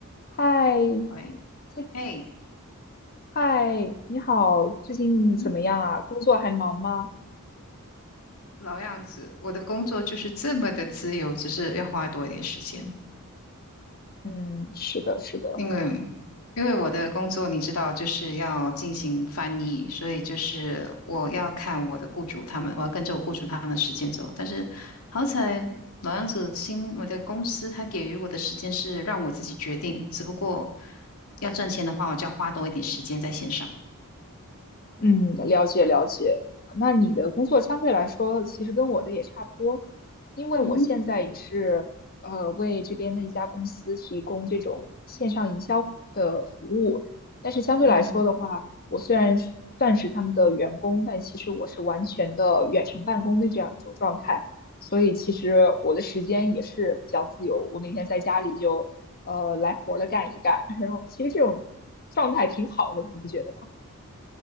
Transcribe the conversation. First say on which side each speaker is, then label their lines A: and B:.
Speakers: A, on the left (about 40°); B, on the left (about 75°).
A: 嗨，
B: 喂，
A: 这
B: 哎，
A: 嗨，你好，最近怎么样啊？
B: 嗯哼，
A: 工作还忙吗？
B: 老样子，我的工作就是这么的自由，只是要花多一点时间，
A: 嗯，是的，是的。
B: 因为因为我的工作你知道，就是要进行翻译，所以就是我要看我的雇主他们，我要跟着我雇主他们的时间走。但是好彩老样子新我的公司他给予我的时间是让我自己决定，只不过要赚钱的话，我就要花多一点时间在线上。
A: 嗯，了解了解。那你的工作相对来说，其实跟我的也差不多，因为我现在也是呃为这边的一家公司提供这种线上营销的服务，
B: 嗯哼。
A: 但是相对来说的话，
B: 嗯。
A: 我虽然是算是他们的员工，但其实我是完全的远程办公的这样一种状态，所以其实我的时间也是比较自由，我每天在家里就呃来活了干一干，<laughs> 然后其实这种状态挺好的，你不觉得吗？